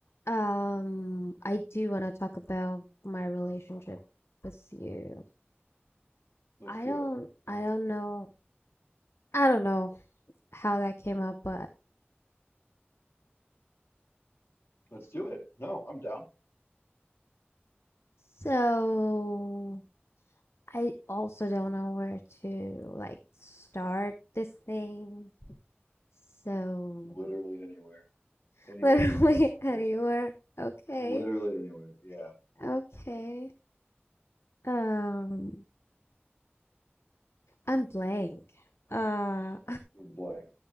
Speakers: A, on the left; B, on the left.
A: Um, I do want to talk about my relationship with you.
B: Let's
A: I
B: do
A: don't,
B: it.
A: I don't know, I don't know how that came up, but
B: Let's do it. No, I'm down.
A: so I also don't know where to like start this thing. So
B: Literally anywhere.
A: <laughs>
B: Anywhere
A: literally
B: your heart desires.
A: anywhere. Okay,
B: Literally anywhere. Yeah.
A: okay. Um, I'm blank. Uh,
B: You can blank.